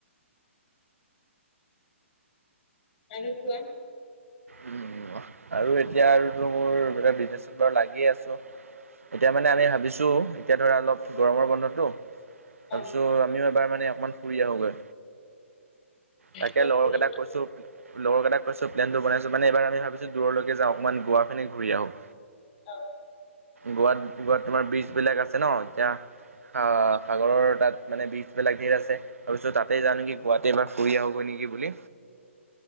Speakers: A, on the left (about 40°); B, on the right (about 85°).
A: এনেকোৱা।
B: উ আৰু এতিয়া আৰুো মোৰ বিজনেচত বাৰু লাগিয় আছ। এতিয়া মানে আমি ভাবিছো এতিয়া ধৰা অলপ গৰমৰ বন্ধতটো। তাৰপিছত
A: অ
B: আমিও এবাৰ মানে অকমান ফুৰি আহোগৈ। তাকে
A: চব
B: লগৰকেইটাক
A: কৰিম
B: কৈছো? লগৰ কেইটাক কৈছোঁ প্লেনটো বনাইছোঁ মানে এবাৰ আমি ভাবিছোঁ দূৰলৈকে যাওঁ, অকণমান গোৱা ফেনে ঘূৰি আহোঁ।
A: অ অ
B: গোৱাত, গোৱাত তোমাৰ বীজ বিলাক আছে ন এতিয়া আহ, সাগৰৰ তাত মানে বিচবিলাক ধেৰ আছে তাৰপিছত তাত তাতে যাওঁ নেকি, গোৱাততে এবাৰ ফুৰি আহোঁগৈ নেকি বুলি